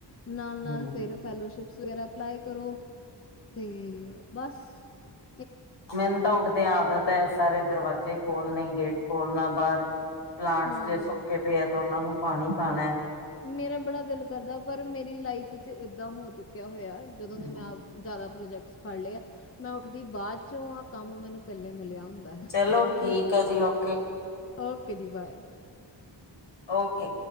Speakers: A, on the left (about 30°); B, on the left (about 80°).
A: ਨਾਲ, ਨਾਲ
B: ਹੂੰ।
A: ਫਿਰ ਫੈਲੋਸ਼ਿਪਸ ਵਗੈਰਾ ਅਪਲਾਈ ਕਰੋ ਤੇ <unintelligible>
B: ਮੈਨੂੰ ਤਾਂ ਉੱਠਦਿਆਂ ਆਦਤ ਹੈ ਸਾਰੇ ਦਰਵਾਜ਼ੇ ਖੋਲਣੇ ਗੇਟ ਖੋਲ੍ਹਣਾ ਬਾਹਰ ਪਲਾਂਟਸ
A: ਹਾਂ
B: ਜੇ ਸੁੱਕੇ ਪਏ ਹੈ ਤਾਂ ਉਹਨਾਂ ਨੂੰ ਪਾਣੀ ਪਾਨਾ
A: ਮੇਰਾ ਬੜਾ ਦਿਲ ਕਰਦਾ ਪਰ ਮੇਰੀ ਲਾਈਫ ਚ ਏਦਾਂ ਹੋ ਚੁੱਕਿਆ ਹੋਇਆ ਜਦੋਂ
B: ਹੀ।
A: ਦੇ ਮੈਂ ਪ੍ਰੋਜੈਕਟ ਫੜ ਲਿਆ ਆ ਮੈਂ ਉੱਠਦੀ ਬਾਅਦ ਚੋਂ ਆਹ ਕੰਮ ਮੈਨੂੰ ਪਹਿਲੇ ਮਿਲਿਆ ਹੁੰਦਾ ਹੈ
B: ਚਲੋ ਠੀਕ
A: ਮੈਂ
B: ਹੈ ਜੀ ਓਕੇ
A: ਓਕੇ ਜੀ ਬਾਏ
B: ਓਕੇ।